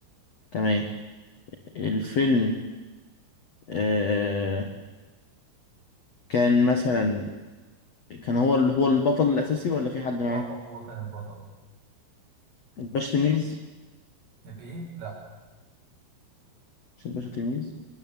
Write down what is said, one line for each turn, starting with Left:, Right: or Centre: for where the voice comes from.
Left: تمام الفيلم آه كان مثلا كان هو اللي هو البطل الأساسي ولا في حد معاه
Right: اه هو كان البطل
Left: الباشا تلميذ
Right: الايه لا
Left: مش الباشا تلميذ